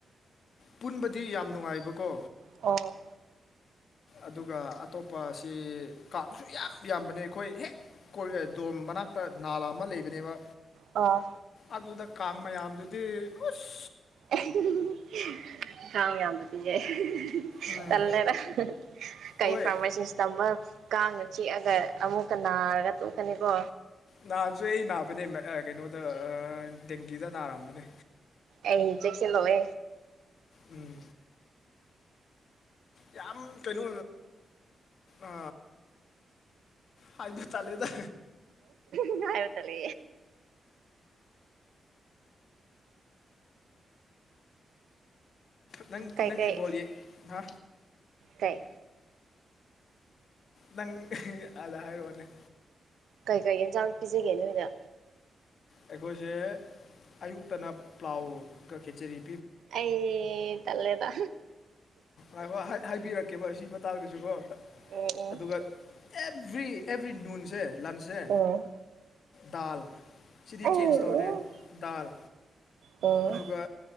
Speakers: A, on the left (about 70°); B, on the right (about 80°).
A: ꯄꯨꯟꯕꯗꯤ ꯌꯥꯝ ꯅꯨꯡꯉꯥꯏꯕꯀꯣ
B: ꯑꯣ
A: ꯑꯗꯨꯒ ꯑꯇꯣꯞꯄꯁꯤ ꯀꯥꯡꯁꯨ ꯌꯥꯝ ꯌꯥꯝꯕꯅꯤ ꯑꯩꯈꯣꯏ ꯍꯦꯛ ꯗꯣꯝ ꯃꯅꯥꯛ ꯅꯥꯂ ꯑꯃ ꯂꯩꯕꯅꯦꯕ
B: ꯑꯥ
A: ꯑꯗꯨꯗ ꯀꯥꯡ ꯃꯌꯥꯝꯗꯨꯗꯤ ꯎꯁ
B: <unintelligible> ꯏꯟꯈꯥꯡ ꯌꯥꯝꯗ ꯄꯤꯖꯩ
A: ꯎꯝ
B: ꯇꯜꯂꯦꯔ ꯀꯩ
A: ꯍꯣꯏ
B: ꯐꯥꯔꯃꯥꯁꯤꯁ ꯇꯝꯕ ꯀꯥꯡꯅ ꯆꯤꯛꯑꯒ ꯑꯃꯨꯛꯀ ꯅꯥꯔꯒ ꯇꯣꯛꯀꯅꯤꯀꯣ
A: ꯅꯅꯥꯁꯨ ꯑꯩ ꯅꯥꯕꯅꯦ ꯀꯩꯅꯣꯗ ꯑ ꯗꯦꯡꯒꯤꯗ ꯅꯥ ꯑꯔꯝꯕꯅꯦ
B: ꯑ ꯏꯟꯆꯁ ꯅꯋꯦ
A: ꯎꯝ ꯌꯥꯝ ꯀꯩꯅ ꯑ ꯍꯥꯏꯗ ꯆꯂꯦ ꯇ
B: ꯎꯝ ꯍꯥꯏꯥꯏ ꯇꯂ
A: ꯅꯪ
B: ꯀꯩ
A: ꯅꯪꯗꯤꯣꯜꯂꯤ
B: ꯀꯩ
A: ꯍꯥ
B: ꯀꯩ
A: ꯅꯪ ꯑꯗ ꯍꯥꯏꯔꯣꯅꯦꯦ
B: ꯀꯩꯀꯩ ꯌꯦꯟꯁꯥꯡ ꯄꯤꯖꯒꯦ ꯅꯣꯏꯗ
A: ꯑꯩꯈꯣꯏꯁꯦ ꯑꯌꯨꯛꯇꯅ ꯄ꯭ꯂꯥꯎꯒ ꯀꯦꯆꯔꯤ
B: ꯑꯦ ꯇꯂꯦꯗ
A: ꯑ ꯍꯣꯏ ꯍꯥꯏꯕꯤꯔꯛꯀꯦꯕꯣ ꯁꯤꯕ ꯇꯥꯗꯨꯁꯨꯀꯣ
B: ꯎꯝ
A: ꯑꯗꯨꯒ ꯑꯦꯚ꯭ꯔꯤ ꯑꯦꯚ꯭ꯔꯤ ꯅꯨꯟꯁꯦ ꯂꯟꯁꯁꯦ
B: ꯎꯝ
A: ꯗꯥꯜ ꯁꯤꯗꯤ
B: ꯑꯩ
A: ꯆꯦꯟꯖ ꯇꯧꯗꯦ
B: ꯎꯝ
A: ꯗꯥꯜ
B: ꯎꯝ
A: ꯑꯗꯨꯒ